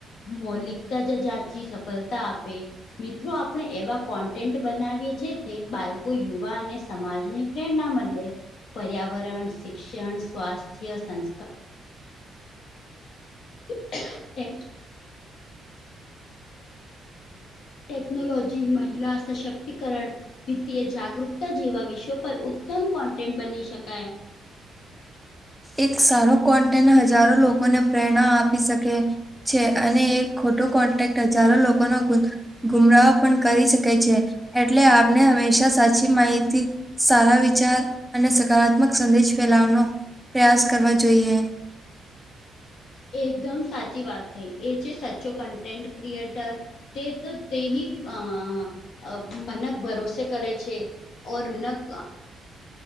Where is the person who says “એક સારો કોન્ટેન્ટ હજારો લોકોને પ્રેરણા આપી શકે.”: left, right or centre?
Centre